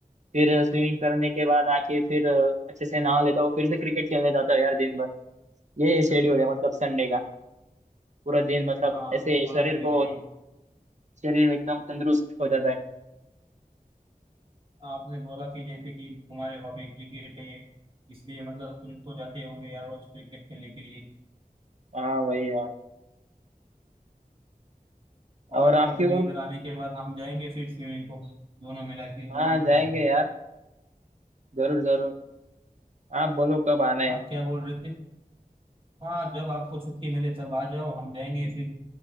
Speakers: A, on the right; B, on the right.
A: फिर स्विमिंग करने के बाद आके फिर अ, अच्छे से नहा लेता हूँ फिर से क्रिकेट खेलने जाता हूँ यार दिन भर ये शेड्यूल है मतलब संडे का पूरा दिन मतलब
B: हाँ हाँ,
A: ऐसे
B: आपने बोला
A: शरीर
B: ना मेरी
A: को शरीर एकदम तंदुरुस्त हो जाता है
B: आपने बोला कि जैसे कि तुम्हारे हॉबी क्रिकेट है इसलिए मतलब तुम तो जाते होंगे यार रोज क्रिकेट खेलने के लिए
A: हाँ वही यार
B: और
A: और
B: भाई
A: आपकी
B: कभी
A: और
B: इधर आने के बाद हम जाएंगे फिर स्विमिंग को दोनों मिला के दोनों
A: हाँ जाएंगे
B: जन
A: यार जरूर जरूर आप बोलो कब आना है
B: आप क्या बोल रहे थे हाँ जब आपको छुट्टी मिले तब आ जाओ हम जाएंगे फिर